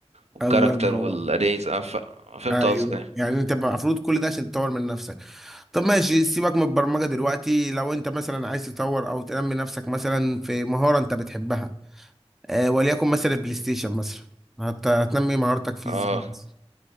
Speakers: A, on the right (about 80°); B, in the centre.
A: والكاركتر
B: الله ينور
A: والاريز اه ف... فهمت
B: ايوه
A: قصدك ايه
B: يعني انت بقى المفروض كل ده عشان تطور من نفسك طب ماشي سيبك من البرمجه دلوقتي لو انت مثلا عايز تطور او تنمي نفسك مثلا في مهاره انت بتحبها آه وليكن مثلا البلاي ستيشن مثلا هت- هتنمي مهارتك فيه
A: اه
B: ازاي بس